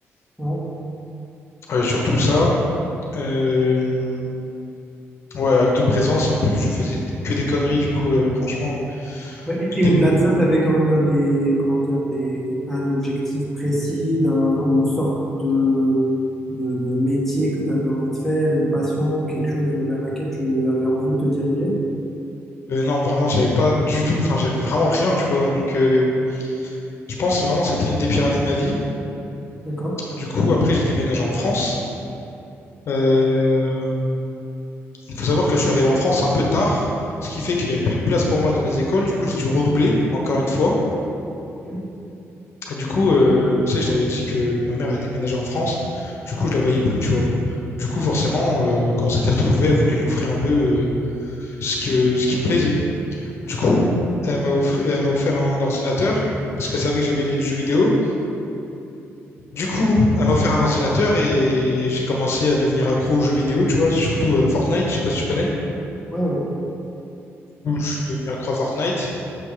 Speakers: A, in the centre; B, on the left.
A: Ouais.
B: Euh, sur tout ça. Euh, ouais, acte de présence. Et en plus, je faisais que des conneries, du coup, euh, franchement.
A: Ouais,
B: une
A: et et
B: des-
A: au-delà de ça, tu avais quand même des, comment dire, des, un objectif précis d'un- ou une sorte de, de, de métier que tu avais envie de faire, une passion, quelque chose vers laquelle tu avais envie de te diriger.
B: euh, non, vraiment, j'avais pas du tout. Enfin, j'avais vraiment rien, tu vois. Donc, euh, je pense vraiment que c'était une des pires années de ma vie.
A: D'accord.
B: Du coup, après, j'ai déménagé en France. Euh, Il faut savoir que je suis arrivé en France un peu tard, ce qui fait qu'il n'y avait plus de place pour moi dans les écoles. Du coup, j'ai dû redoubler, encore une fois.
A: ok.
B: Et du coup, euh, tu sais, je t'avais dit que ma mère est déménagée en France. Du coup, je la voyais plus, tu vois. Du coup, forcément, euh, quand on s'était retrouvés, elle voulait m'offrir un peu euh, ce que, ce qui me plaisait. Du coup, elle m'a offri- elle m'a offert un ordinateur parce qu'elle savait que j'aimais les jeux vidéo. Du coup, elle m'a offert un ordinateur et j'ai commencé à devenir accro aux jeux vidéo, tu vois, surtout euh, Fortnite, je sais pas si tu connais.
A: Ouais, ouais.
B: Du coup, je suis devenu accro à Fortnite.